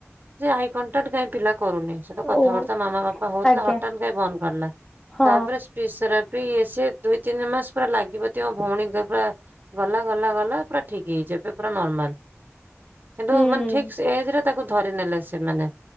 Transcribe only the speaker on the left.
ଓ
ଆଜ୍ଞା
ହଁ
ହୁଁ